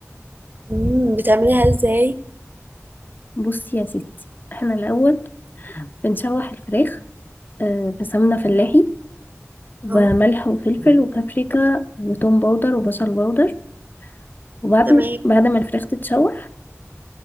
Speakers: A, on the right (about 40°); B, on the left (about 40°).
A: مم. بتعمليها ازاي
B: بصي يا ستي احنا الأول بنشوح الفراخ آه، في سمنة فلاحي وملح
A: اه
B: وفلفل وبابريكا وتوم باودر وبصل باودر وبعدين
A: تمام
B: بعد ما الفراخ تتشوح